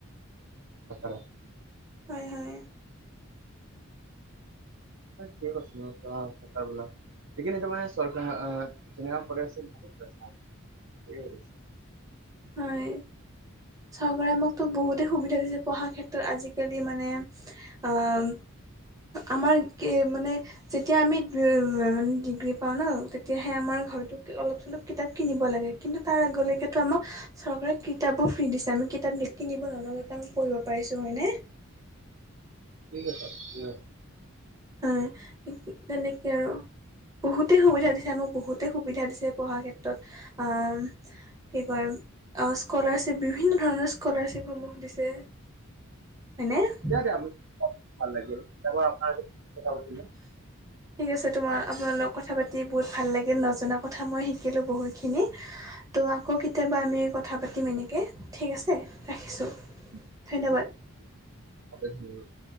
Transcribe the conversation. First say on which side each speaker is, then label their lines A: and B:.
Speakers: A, on the right; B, on the right.
A: <unintelligible>
B: হয়-হয়।
A: ঠিক আছ তবলাক। <unintelligible> সখিন তাৰ মানে চৰকাৰ আহ যেনেকুৱা কৰে আছে।
B: হয় চৰকাৰে আমাকতো বহুতে সুবিধা দিছে পঢ়া ক্ষেত্ৰত। আজিাল খি মানে আহ, আমাৰ কি মানে যেতিয়া আমি মানে ডিগ্ৰী পাওঁ ন' তেতিয়াহে আমাৰ ঘৰটোক অলপ চলপ কিতাপ কিনিব লাগে কিন্তু তাৰ আগলৈকেতো আমাক চৰকাৰে কিতাপো ফ্ৰী দিছে আমি কিতাপ নিকিনিব নালোঁ আমি পঢ়িব পাৰিছোঁ হয়নে।
A: ঠিক আছে দিয়া।
B: হয়। তেনেকে আৰু বহুতেই সুবিধা দিছে আমাক বহুতে সুবিধা দিছে পঢ়াৰ ক্ষেত্ৰত। কি কয় স্কলাৰশ্বিপ বিভিন্ন ধৰণৰ স্কলাৰশ্বিপসমূহ দিছে। হয়নে
A: দিয় দে আ ভাল লাগিল তাৰ আপোনাৰ কথা পাতিলো।
B: হয়। <unintelligible> ঠিক আছে তোমাৰ আপোনালোক কথা পাতি বহুত ভাল লাগিল নজনা কথা মই শিকিলো বহুতখিনি। ত' আকৌ কেতিয়াবা আমি কথা পাতিম এনেকৈ ঠিক আছে ৰাখিছোঁ।
A: <unintelligible>
B: ধন্যবাদ